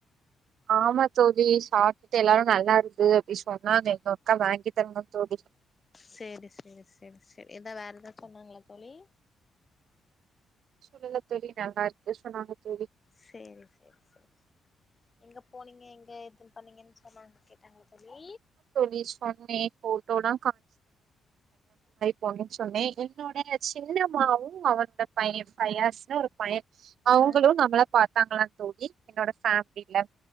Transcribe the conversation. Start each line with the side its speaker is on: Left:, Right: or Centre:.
Right: ஆமா தோழி சாப்ட்டுட்டு எல்லாரு நல்லா இருக்கு அப்டி சொன்னாங்க எங்க அக்கா வாங்கி தரணு தோழி
Left: சேரி சேரி சேரி சேரி எதா வேற எதா சொன்னாங்ளா தோழி
Right: சொல்லல தோழி நல்லா இருக்கு சொன்னாங்க தோழி
Left: சேரி சேரி சேரி எங்க போனீங்க எங்க எதுன்னு பண்ணீங்கன்னு அம்மாங் கேட்டாங்ளா தோழி
Right: தோழி சொன்னே போட்டோல்லா பொண்ணுனு சொன்னே அவனோட சின்னம்மாவு அவனோட பையன் பயாஸ்னு ஒரு பையன் அவுங்களும்
Left: ஆ
Right: நம்மள பா பண்றாங்கலா தோழி என்னோட ஃபேமிலில